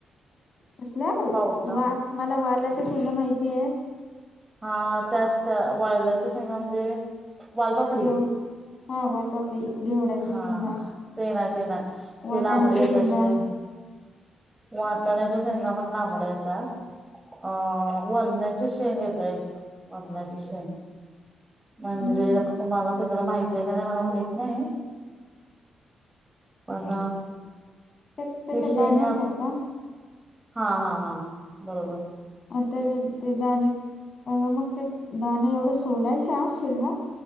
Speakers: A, on the left; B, on the right.
A: कसल्या ओ,
B: पावटा
A: वा मला वालाच्या शेंगा माहिती ये.
B: हा त्याच त्या, वायलाच्या शेंगा म्हणजे वालपापडी.
A: घेवड हा वालपापडी घेवडाच्या
B: हा,
A: शेंगा
B: ते नाही ते नाही,
A: वाटाण्याच्या
B: ते लांबडी येतात
A: शेंगा
B: शें वाटानाच्या शेंगा पण लांबड्या येत्यात. अ वरणाची शेंग येत्या एक वरणाची शेंग म्हणजे
A: हम्म
B: आता तुम्हाला तिकडं माहिती हाय का नाही मला माहित नाही. पण
A: ते त्याच्यात
B: ती शेंगा
A: दाणे असतात का?
B: हा हा हा, बरोबर!
A: मग त्याच ते दाणे, अ मग ते दाणे, एवढं सोलायच्या शेंगा?